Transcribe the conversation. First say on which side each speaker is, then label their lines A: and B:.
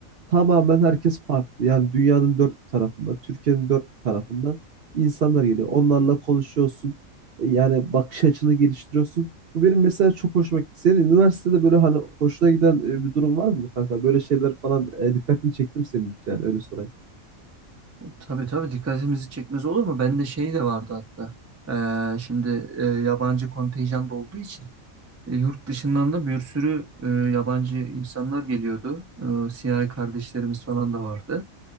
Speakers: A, on the right; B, on the right.
A: Tamamen herkes farklı. Yani dünyanın dört bir tarafından, Türkiye'nin dört bir tarafından insanlar geliyor. Onlarla konuşuyorsun. E, Yani bakış açını geliştiriyorsun. Bu benim mesela çok hoşuma gitti. Senin üniversitede böyle hani hoşuna giden e, bir durum var mı kanka? Böyle şeyler falan e, dikkatini çektim senin hiç yani öyle sorayım.
B: Tabii tabii dikkatimizi çekmez olur mu? Bende şey de vardı hatta. Ee, şimdi e, yabancı kontenjan da olduğu için e, yurt dışından da bir sürü e, yabancı insanlar geliyordu. E, siyahi kardeşlerimiz falan da vardı.